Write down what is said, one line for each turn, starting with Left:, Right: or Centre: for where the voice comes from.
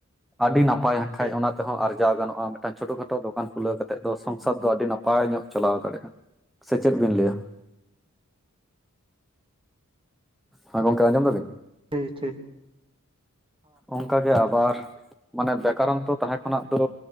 Centre: ᱟᱹᱰᱤ ᱱᱟᱯᱟᱭ ᱦᱟᱸᱠᱷᱟᱡ
Right: ᱴᱷᱤᱠ
Centre: ᱚᱱᱟ ᱛᱮᱦᱚᱸ ᱟᱨᱡᱟᱣ ᱜᱟᱱᱚᱜᱼᱟ ᱢᱤᱫ ᱪᱷᱚᱴᱳ ᱠᱷᱟᱴᱳ ᱫᱚ ᱫᱚᱠᱟᱱ ᱠᱷᱩᱞᱟᱹᱣ ᱠᱟᱛᱮᱜ ᱫᱚ ᱥᱚᱝᱥᱟᱨ ᱫᱚ ᱟᱹᱰᱤ ᱱᱟᱯᱟᱭ ᱧᱚᱜ ᱪᱟᱞᱟᱣ ᱫᱟᱲᱮᱭᱟᱜᱼᱟ ᱥᱮ ᱪᱮᱫ ᱵᱤᱱ ᱞᱟᱹᱭᱮᱜᱼᱟ? ᱦᱚᱸ ᱜᱚᱝᱠᱮ ᱟᱸᱡᱚᱢ ᱫᱟ ᱵᱤᱱ?
Right: ᱴᱷᱤ ᱴᱷᱤ
Centre: ᱚᱱᱠᱟ ᱜᱮ ᱟᱵᱟᱨ ᱢᱟᱱᱮ ᱵᱮᱠᱟᱨᱚᱱᱛᱚ ᱛᱟᱦᱮᱸ ᱠᱷᱚᱱᱟᱜ ᱫᱚ